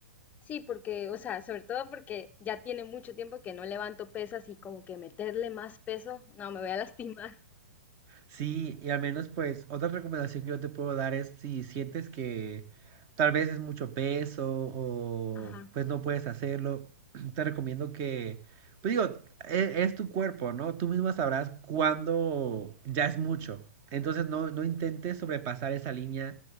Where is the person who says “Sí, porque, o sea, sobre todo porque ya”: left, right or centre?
Left